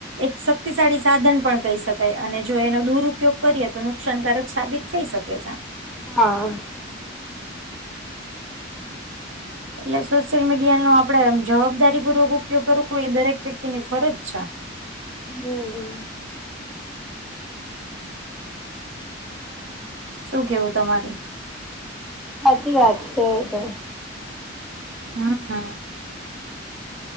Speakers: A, on the right; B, in the centre.
A: એક શક્તિશાળી સાધન પણ કહી શકાય અને જો એનો દુરપયોગ કરીએ તો નુકસાનકારક સાબિત થઈ શકે છે આ.
B: હા.
A: એટલે સોશિયલ મીડિયા નો આપડેમ જવાબદારી પૂર્વક ઉપયોગ કરવો એ દરેક વ્યક્તિ ની ફરજ છે.
B: હમ.
A: શું કેવું તમારું.
B: સાચી વાત છે તો
A: હા.